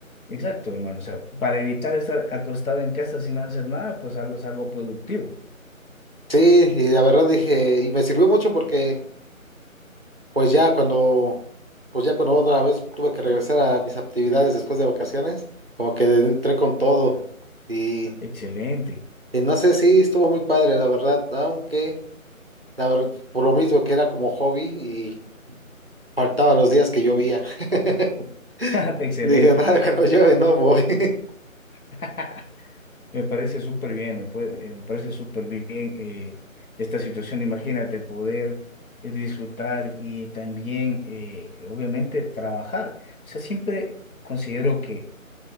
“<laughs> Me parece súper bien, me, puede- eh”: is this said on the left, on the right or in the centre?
Left